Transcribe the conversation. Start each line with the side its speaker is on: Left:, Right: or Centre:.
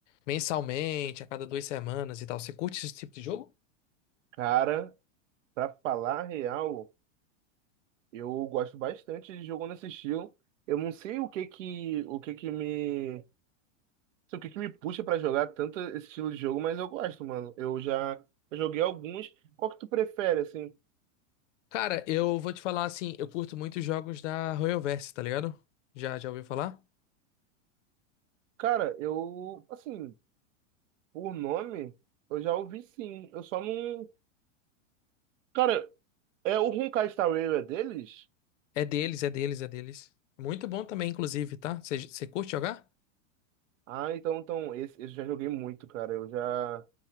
Left: mensalmente, a cada duas semanas e tal. Você curte esse tipo de jogo?
Right: Cara, pra falar a real, eu gosto bastante de jogo nesse estilo. Eu não sei o que que, o que que me, não sei o que que me puxa pra jogar tanto esse estilo de jogo, mas eu gosto, mano. Eu já eu joguei alguns. Qual que tu prefere, assim?
Left: Cara, eu vou te falar assim, eu curto muito jogos da Royalverse, tá ligado? Já, já ouviu falar?
Right: Cara, eu, assim, por nome, eu já ouvi sim. Eu só não, cara, é o Honkai Star Rail é deles?
Left: É deles, é deles, é deles. Muito bom também, inclusive, tá? Você curte jogar?
Right: Ah, então, então, esse, esse eu já joguei muito, cara. Eu já,